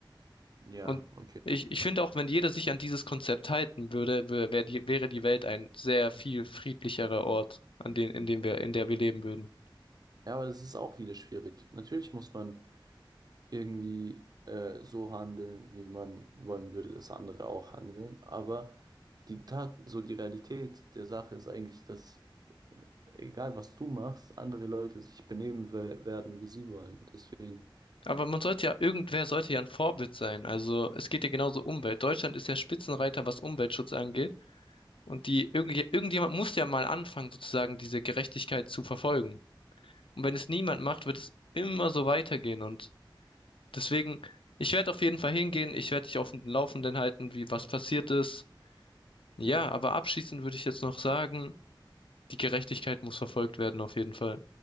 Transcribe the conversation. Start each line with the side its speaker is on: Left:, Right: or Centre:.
Right: Ja,
Left: Und
Right: okay.
Left: ich, ich finde auch, wenn jeder sich an dieses Konzept halten würde, wär, wär die, wäre die Welt ein sehr viel friedlicherer Ort, an den, in dem wir, in der wir leben würden.
Right: Ja, aber das ist auch wieder schwierig. Natürlich muss man irgendwie äh, so handeln, wie man wollen würde, dass andere auch handeln. Aber die Tat, so die Realität der Sache ist eigentlich, dass äh, egal was du machst, andere Leute sich benehmen we- werden, wie sie wollen. Deswegen.
Left: Aber man sollte ja, irgendwer sollte ja ein Vorbild sein. Also es geht ja genauso um Umwelt. Deutschland ist ja Spitzenreiter, was Umweltschutz angeht. Und die, irgendje- irgendjemand muss ja mal anfangen, sozusagen diese Gerechtigkeit zu verfolgen. Und wenn es niemand macht, wird es immer so weitergehen. Und deswegen, ich werde auf jeden Fall hingehen. Ich werde dich auf dem Laufenden halten, wie was passiert ist. Ja, aber abschließend würde ich jetzt noch sagen, die Gerechtigkeit muss verfolgt werden, auf jeden Fall.